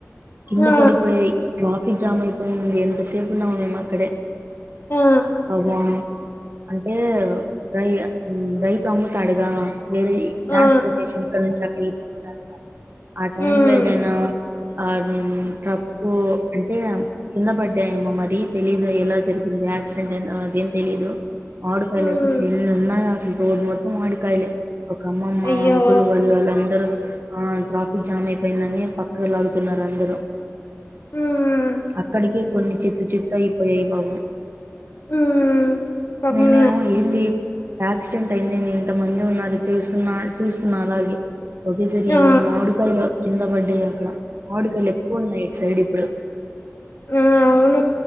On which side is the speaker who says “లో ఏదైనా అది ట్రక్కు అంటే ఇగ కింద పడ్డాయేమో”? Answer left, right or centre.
Right